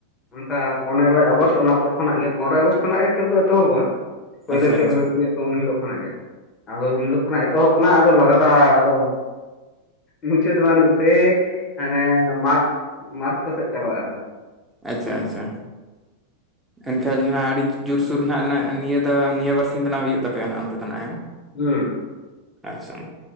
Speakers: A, on the left; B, in the centre.
A: ᱚᱱᱠᱟ ᱯᱚᱱᱮᱨᱚᱭ ᱟᱜᱚᱥᱴ ᱚᱱᱟ ᱯᱚᱨ ᱠᱷᱚᱱᱟᱜ ᱜᱮ ᱯᱚᱨᱚᱭ ᱟᱜᱚᱥᱴᱚ ᱠᱷᱚᱱᱟᱜ ᱜᱮ ᱠᱷᱮᱞ ᱫᱚ ᱮᱛᱚᱦᱚᱵᱚᱜ-ᱟ, ᱯᱳᱭᱞᱚ
B: ᱟᱪᱪᱷᱟ
A: ᱠᱷᱮᱞ
B: ᱟᱪᱪᱷᱟ
A: ᱦᱩᱭᱩᱜ ᱜᱮᱭᱟ᱾ ᱩᱱ ᱦᱤᱞᱳᱜ ᱠᱷᱚᱱᱟᱜ ᱜᱮ, ᱟᱫᱚ ᱩᱱ ᱦᱤᱞᱳᱜ ᱠᱷᱚᱱᱟᱜ ᱮᱛᱚᱦᱚᱵ ᱠᱟᱱᱟ ᱟᱫᱚ ᱞᱟᱜᱟᱛᱟᱲ ᱟᱫᱚ ᱢᱩᱪᱟᱹᱫᱚᱜ ᱟ ᱥᱮᱭ ᱦᱟᱱᱮ ᱢᱟᱨᱪ ᱢᱟᱨᱪ ᱠᱚᱥᱮᱡ ᱪᱟᱵᱟᱜ-ᱟ ᱟᱫᱚ,
B: ᱟᱪᱪᱷᱟ ᱟᱪᱪᱷᱟ,
A: <inaudible>
B: ᱮᱱᱠᱷᱟᱱ ᱟᱹᱰᱤ ᱡᱳᱨᱥᱳᱨ ᱱᱦᱟᱜ ᱱᱤᱭᱟᱹ ᱫᱚ ᱱᱤᱭᱟᱹ ᱵᱟᱨᱥᱤᱧ ᱫᱚ ᱱᱦᱟᱜ ᱦᱩᱭᱩᱜ ᱛᱟᱯᱮᱭᱟ ᱦᱟᱜ ᱚᱱᱛᱮ ᱫᱚ ᱱᱦᱟᱜ ᱦᱮ,
A: ᱦᱩᱸ,
B: ᱟᱪᱪᱷᱟ,